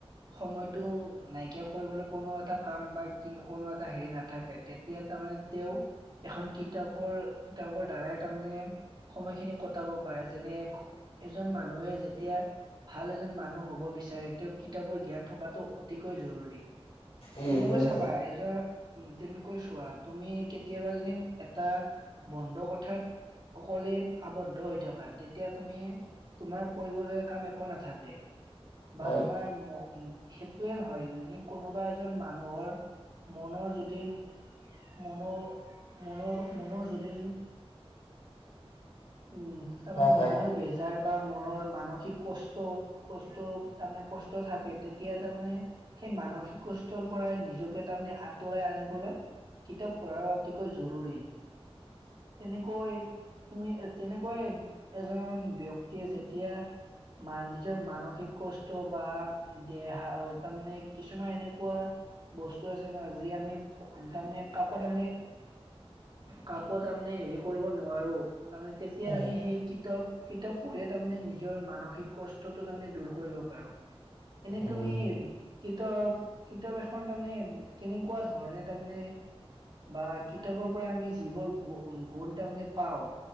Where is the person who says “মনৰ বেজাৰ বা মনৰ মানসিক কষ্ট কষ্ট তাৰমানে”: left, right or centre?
Right